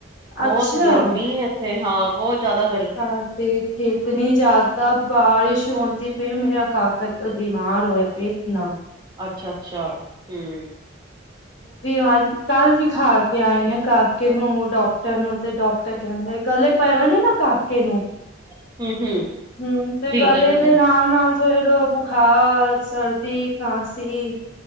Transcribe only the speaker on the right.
ਬੋਹਤ
ਗਰਮੀ ਐ। ਤੇ ਹਾਂ ਬੋਤ ਜਾਦਾ
ਅੱਛਾ, ਅੱਛਾ, ਹੂੰ।
ਹਮ ਹਮ
ਠੀਕ
ਹੈ ਠੀਕ
ਹੈ